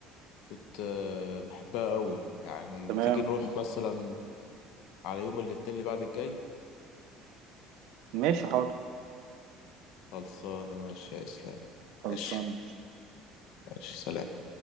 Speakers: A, on the left; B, on the right.
A: كنت آه، بحبها قوي يعني
B: تمام
A: تيجي نروح مثلا على يوم الاثنين اللي بعد الجاي
B: ماشي حاضر
A: خلصانة ماشي يا اسلام
B: خلصان
A: ماشي ماشي سلام